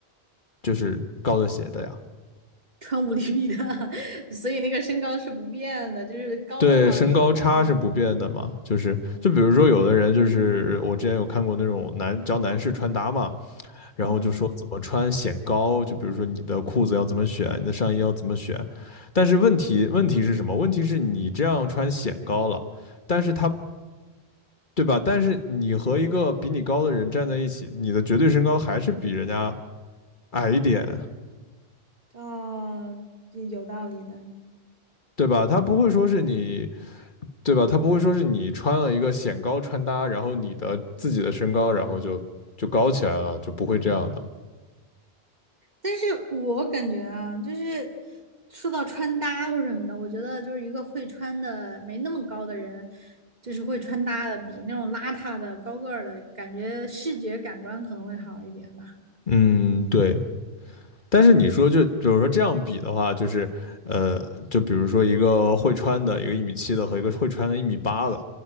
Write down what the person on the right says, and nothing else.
穿五厘米的，<laughs> 所以那个身高是不变的，就是高多少就是高多少。
嗯
嗯
嗯，
哦，有道理的。
但是我感觉啊，就是说到穿搭或者什么的，我觉得就是一个会穿的没那么高的人，就是会穿搭的比那种邋遢的高个儿的感觉，视觉感官可能会好一点吧。